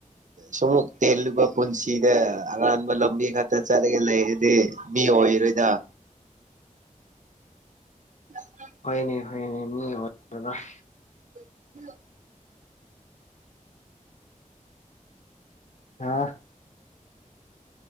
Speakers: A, on the right; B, on the left.
A: ꯁꯨꯝ ꯇꯦꯜꯂꯨꯕ ꯄꯨꯟꯁꯤꯗ ꯑꯔꯥꯟꯕ ꯂꯝꯕꯤ ꯈꯛꯇ ꯆꯠꯂꯒ ꯂꯩꯔꯗꯤ ꯃꯤ ꯑꯣꯏꯔꯣꯏꯗ <inaudible>
B: ꯍꯣꯏꯅꯦ ꯍꯣꯏꯅꯦ ꯃꯤ ꯑꯣꯏꯔꯔꯣꯏ
A: ꯎ <inaudible>
B: ꯑꯥ